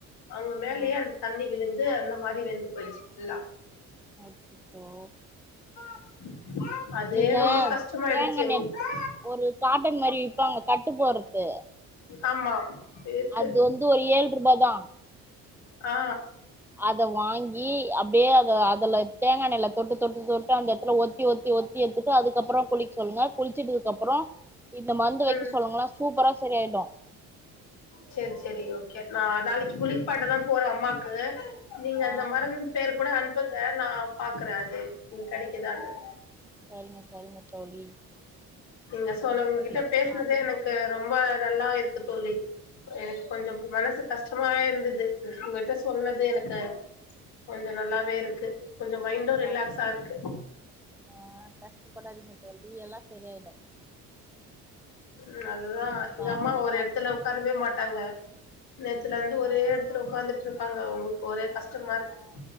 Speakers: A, on the left; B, in the centre.
A: அவங்க மேலயே
B: ஆ
A: அந்த தண்ணி விழுந்து அந்த மாரி வெந்து போயிச்சு ஃபுள்ளா
B: அச்சச்சோ
A: <inaudible> அதே
B: நீங்க
A: ரொம்ப கஷ்டமாயிடுச்சு
B: தேங்காய்ண்ணெ
A: எங்களுக்கு
B: ஒரு காட்டன் மாரி விப்பாங்க கட்டு போறது
A: ஆமா இருக்கு
B: அது வந்து ஒரு ஏழ்ற்ருபா தா
A: ஆ
B: அத வாங்கி அப்படியே அத அதுல தேங்கா எண்ணெய்ல தொட்டு தொட்டு தொட்டு அந்த எடத்துல ஒத்தி ஒத்தி ஒத்தி எடுத்துட்டு அதுக்கப்புறோ குளிக் சொல்லுங்க குளிச்சுட்டதுக்கு அப்புறோ இந்த மருந்து
A: ம்
B: வைக்க சொல்லுங்களே சூப்பரா சரியாயிடு
A: செரி செரி ஓகே நா நாளைக்கு குளிப்பாட்டதா போற அம்மாக்கு நீங்க
B: ஆ
A: அந்த மறந்து பேரு கூட அன்புங்க நா பாக்குற அது இங்க கெடைக்குதானு
B: சரிங்க சரிங்க தோழி
A: நீங்க
B: சரிங்க
A: சோல உங்ககிட்ட
B: தோழி
A: பேசுனதே
B: அதிகமா
A: எனக்கு
B: பேசுனோ
A: ரொம்ப நல்லா இருக்கு தோழி எனக்கு கொஞ்சம் மனசு கஷ் கஷ்டமாவே இருந்துது உங்கிட்ட சொன்னது எனக்கு கொஞ்ச நல்லாவே இருக்கு கொஞ்சோ மைண்டு ரிலாக்ஸா
B: அ
A: இருக்கு
B: ஆ கஷ்டப்படாதீங்க தோழி எல்லா செரியாயிடு
A: ம் அதுதா
B: நம்ம
A: எங்க அம்மா
B: அடுத்த
A: ஒரு
B: கால்ல
A: எடத்துல
B: சந்திப்போ
A: உக்காரவே மாட்டாங்க நேத்துல இருந்து
B: ஆ
A: ஒரே எடத்துல உக்காந்துட்டு இருக்காங்க இப்ப அவங்களுக்கு ஒரே கஷ்டமா இருக்கு
B: ஆ